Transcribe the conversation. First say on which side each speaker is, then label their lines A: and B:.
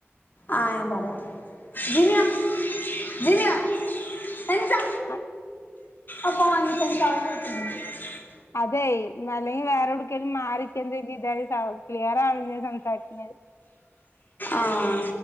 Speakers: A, on the left (about 45°); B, on the left (about 75°).
A: ആ ഞാ പറയാ ജിയ ജിയ എന്താ
B: അ
A: അപ്പൊ വാങ്ങിച്ചനി <unintelligible>
B: അതെ ന്ന അല്ലെങ്കിൽ വേറെ എവിടക്കേലും മാറിക്കെന്തെങ്കും ഇതായ വും ക്ലിയറാണ് ഞൻ സംസാരിക്കുന്നത്
A: ആഹ